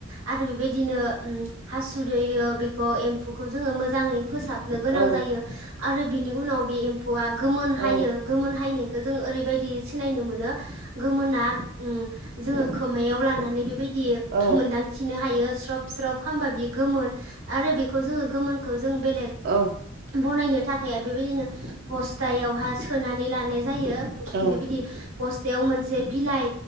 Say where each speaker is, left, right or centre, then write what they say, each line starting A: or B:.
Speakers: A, on the right; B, on the right.
A: आरो बेबायदिनो ओम हासुदै ओ बेखौ एम म्फुखौ जोङो मोजाङै फोसाबनो गोनां
B: औ
A: जायो। आरो बिनि उनाव बे एम्फु आ गोमोन हायो
B: औ
A: गोमोन हायनो खो जों ओरैबायदि सिनायनो मोनो गोमोना ओम जोङो खोमायाव लानानै बेबायदि दि
B: औ
A: मोन्दां नोहायो स्रब स्रब खामबा बेयो गोमोन आरो बेखौ जोङो गोमोनखो जों बेलेग
B: औ
A: बनायनो थाखाय बेबायदिनो बस्थायाव हा सोनानै लानाय जायो।
B: औ
A: बेबायदि बस्थायाव मोन से बिलाइ